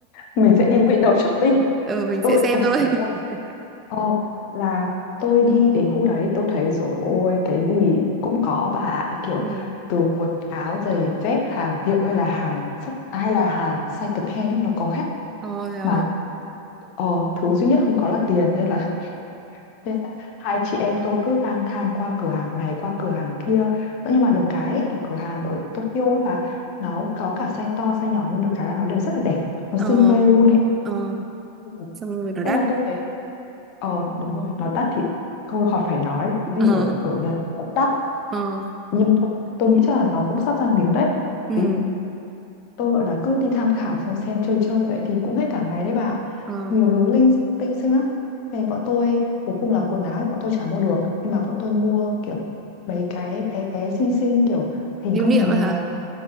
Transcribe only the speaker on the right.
Ờ, mình
sẽ xem
thôi.
<laughs>
Ừ,
ờ, rồi.
ờ,
ờ,
ờ,
xong rồi nó
đắt.
Ờ,
ờ,
ừ,
ờ,
lưu
niệm
á hả?